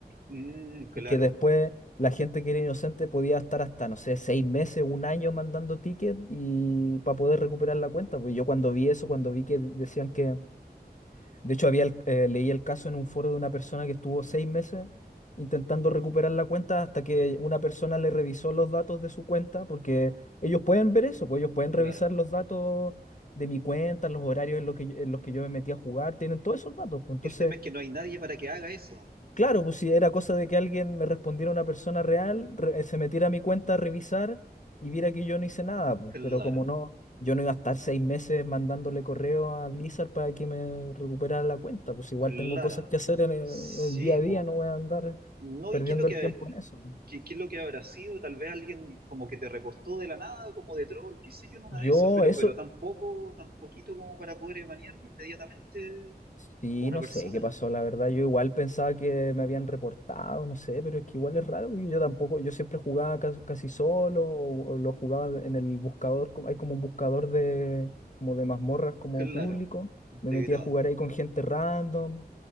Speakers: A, on the right; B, on the left.
A: Mm, claro,
B: y que después la gente que era inocente podía estar hasta, no sé, seis meses, un año mandando ticket y para poder recuperar la cuenta. Pues yo cuando vi eso, cuando vi que decían que, de hecho, había el- eh, leí el caso en un foro de una persona que estuvo seis meses intentando recuperar la cuenta hasta que una persona le revisó los datos de su cuenta, porque ellos pueden ver eso, pues ellos pueden
A: claro.
B: revisar los datos de mi cuenta, los horarios en los que, yo- en los que yo me metí a jugar, tienen todos esos datos. Pues entonces...
A: El tema es que no hay nadie para que haga eso,
B: Claro, pues si era cosa de que alguien me respondiera una persona real, re- eh, se metiera a mi cuenta a revisar y viera que yo no hice nada, pues.
A: claro.
B: Pero como no, yo no iba a estar seis meses mandándole correo a Blizzard para que me recuperara la cuenta, pues igual
A: Claro,
B: tengo cosas que hacer en el,
A: sí,
B: en el día a
A: po.
B: día, no voy a andar
A: No,
B: perdiendo
A: ¿y qué es lo que,
B: el tiempo en eso. pues.
A: qué, qué es lo que habrá sido? Tal vez alguien como que te reportó de la nada, como de troll, qué sé yo, en una
B: Yo
A: de esas, pero,
B: eso,
A: pero tampoco, tan poquito como para poder banear inmediatamente
B: Sí,
A: a una
B: no
A: persona.
B: sé qué pasó, la verdad. Yo igual pensaba que me habían reportado, no sé, pero es que igual es raro. Yo tampoco, yo siempre jugaba ca- casi solo o, o lo jugaba en el buscador. como- Hay como un buscador de, como de mazmorras como
A: Claro,
B: público.
A: integrado.
B: Me metía a jugar ahí con gente random,